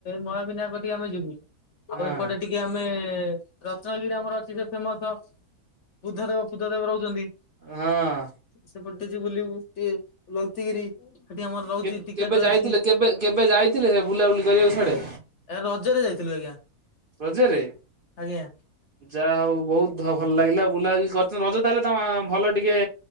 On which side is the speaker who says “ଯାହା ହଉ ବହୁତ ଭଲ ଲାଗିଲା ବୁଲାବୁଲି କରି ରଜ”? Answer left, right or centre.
Right